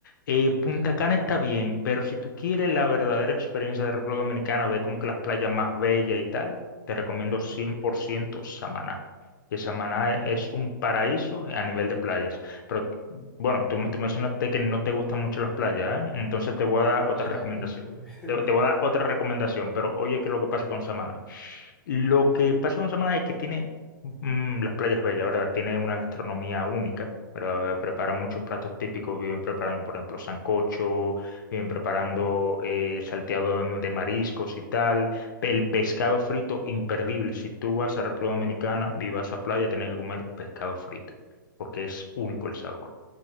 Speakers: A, on the left; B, in the centre.
A: Eh, Punta
B: Ya.
A: Cana está bien, pero si tú quieres la verdadera experiencia de República Dominicana, ver como que las playas más bellas y tal, te recomiendo 100%
B: Mm,
A: Samaná. Que Samaná e-
B: mm,
A: es un paraíso a nivel de playas. Pero bueno, tú, me- tú mencionaste que no te gustan mucho las playas, ¿eh? Entonces te voy a dar
B: No
A: otra recomendación.
B: tanto. no tanto.
A: Te, te voy a dar otra recomendación, pero oye, ¿qué es lo que pasa con Samaná? Lo que pasa con Samaná es que tiene mm, las playas bellas, ¿verdad? Tiene una gastronomía única, ¿verdad? Preparan muchos platos típicos, viven preparando, por ejemplo, sancocho, viven preparando
B: <laughs> Mm,
A: eh, salteado de, de mariscos y tal. El pescado frito, imperdible. Si tú vas a República Dominicana y vas a playa, tienes que comer pescado frito, porque es único el sabor.